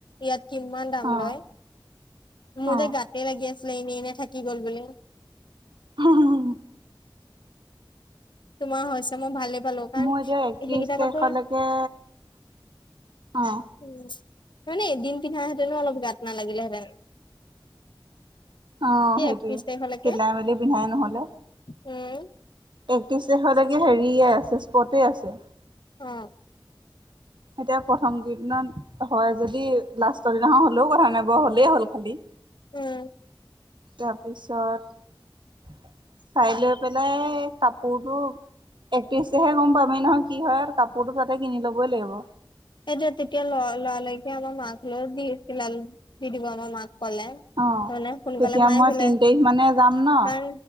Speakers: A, on the left; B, on the right.
A: ইয়াত কিমান দাম।
B: অ',
A: লয়, মোৰ
B: অ'।
A: যে গাতে লাগি আছিলে এনেই এনেই থাকি গল বুলি।
B: <unintelligible>
A: তোমাৰ হৈছে মই ভালেই পালো কাৰণ
B: মোৰ এতিয়া একত্ৰিশ
A: সেইকেইটা কাপোৰ
B: তাৰিখলেকে অঁ!
A: উম, মানে এদিন পিন্ধাহেঁতেনো অলপ গাত নালাগিলেহেতেন।
B: অ
A: কি
B: সেইটোৱে,
A: একত্ৰিশ তাৰিখলৈকে
B: চিলাই-মেলি পিন্ধাই নহলে।
A: উম!
B: একত্ৰিশ তাৰিখলৈকে হেৰিয়ে আছে স্পটে আছে।
A: অঁ
B: এতিয়া প্ৰথম কেইদিনত হয়, যদি লাষ্টৰ দিনাখন হ'লেও কথা নাই বাৰু হ'লেই হ'ল খালী।
A: উম!
B: তাৰপিছত চাই লৈ পেলাই কাপোৰবোৰ একত্ৰিছ তাৰিখে গম পামেই নহয় কি হয়, কাপোৰতো তাতে কিনি ল'বই লাগিব।
A: সেইটোৱে, তেতিয়া ল লৰা-লৰিকৈ আমাৰ মাক লৈ দি চিলা দি দিব আমাৰ মাক ক'লে। তাৰ
B: অ'।
A: মানে সোনকালে
B: তেতিয়া
A: মায়ে
B: মই
A: চিলাই।
B: তিন তাৰিখ মানে যাম ন